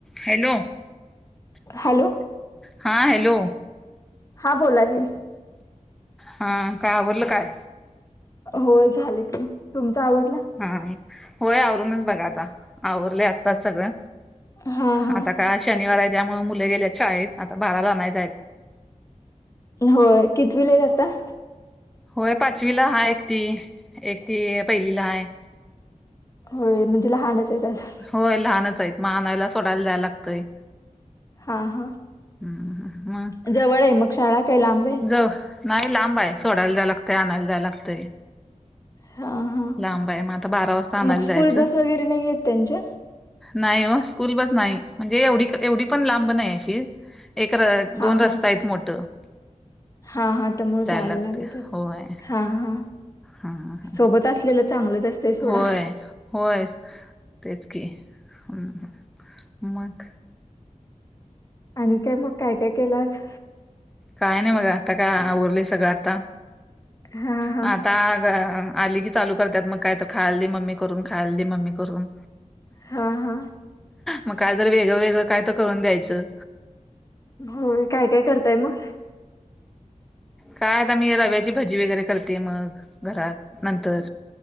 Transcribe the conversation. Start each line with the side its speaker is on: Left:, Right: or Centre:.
Centre: Hello
Left: hello
Centre: हा hello
Left: हा बोला की
Centre: हा काय आवरल काय?
Left: हो झालं की तुमचा आवरल.
Centre: हा होय, आवरूनच बघा आता आवरलय आता सगळं
Left: हा हा
Centre: आता शनिवार आहे, त्यामुळे मुले गेलेत शाळेत आता बाराला आणायचं.
Left: होय, कितीवीला आहेत आत्ता?
Centre: होय, पाचवीला हाय एकटी एकटी पहिलीला हाय.
Left: होय, म्हणजे लहानच आहेत अजुन.
Centre: होय, लहानच आहेत मग आणायला सोडायला जायला लागतय.
Left: हा हा,
Centre: हम्म मग
Left: जवळ आहे मग शाळा काय लांब आहे?
Centre: जव- नाही लांब आहे, सोडायला जायला लागतय आणायला जायला लागतय.
Left: हा हा
Centre: लांब आहे, म आता बारा वाजता आणायला
Left: मग स्कूल
Centre: जायचं.
Left: बस वगैरे नाही आहेत त्यांच्या
Centre: नाही हो, स्कूल बस नाही म्हणजे एवढी एवढी पण लांब नाही अशी. एक र
Left: हा
Centre: -दोन
Left: हा
Centre: रस्ता आहेत मोठ.
Left: हा हा, त्यामुळ जायला
Centre: लागते
Left: लागत असलं
Centre: होय
Left: हा हा.
Centre: हा हा
Left: सोबत असलेलं चांगलंच असतंय सोडा.
Centre: होय होय, तेच की मग?
Left: आणि काय मग, काय काय केला आज?
Centre: काय नाही बघा, आता काय आवरलय सगळं आता
Left: हा हा
Centre: आ आता गं आली की चालू करतात मग, काय तर खायला दे मम्मी करून खायला दे मम्मी करून.
Left: हा हा.
Centre: मग काय जर वेगळं वेगळं काय तर, करून द्यायचं.
Left: होय, काय काय करताय मग?
Centre: काय आता मी रव्याची भजी वगैरे करते, मग घरात नंतर.